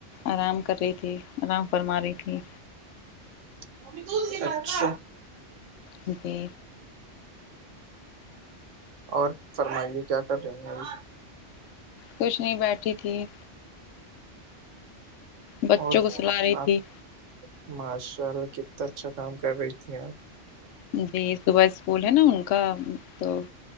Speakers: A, on the left; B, on the right.
A: آرام کر رہی تھی آرام فرما رہی تھی
B: <unintelligible>
A: جکی
B: اور فرمائیے کیا کر رہی ہیں ابھی
A: کچھ نہیں بیٹھی تھی بچوں
B: اور
A: کو سلا رہی
B: آپ
A: تھی
B: ماشاء اللہ کتنا اچھا کام کر رہی تھی آپ
A: جی صبح اسکول ہے نا ان کا تو